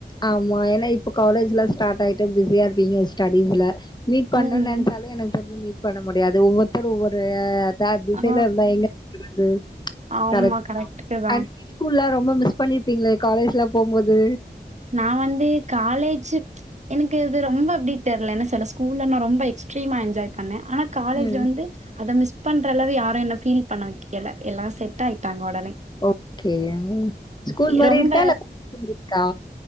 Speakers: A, on the left; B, on the right.
A: ஆமா ஏனா இப்ப காலேஜ்லா ஸ்டார்ட் ஆய்ட்டு பிஸியா இருப்பீங்க ஸ்டிஸ்ல்ல மீட் பண்ணு
B: ம்.
A: நெனச்சாலே எனக்கு சந்து மீட் பண்ண முடியாது ஒவ்வொருத்தரும் ஒவ்வொரு தா திசையில
B: ஆ
A: இருந்தா எங்க <unintelligible>
B: ஆமா கரெக்ட்டு தான்.
A: ஸ்கூல்ல ரொம்ப மிஸ் பண்ணிருப்பீங்களே காலேஜ்லா போம்போது
B: நா வந்து காலேஜூ எனக்கு இது ரொம்ப அப்டி தெர்ல என்ன சொல்ல ஸ்கூல நா ரொம்ப எக்ஸ்ட்ரீமாக என்ஜாய் பண்ண ஆனா காலேஜ்ல
A: ம்
B: வந்து அத மிஸ் பண்ற அளவு யாரு என்ன ஃபீல் பண்ண வெக்கல எல்லா செட் ஆயிட்டாங்க உடனே
A: ஓகே ஸ்கூல் மாரி
B: ரொம்ப
A: இருக்கா இல்ல கா <unintelligible> மாரி இருக்கா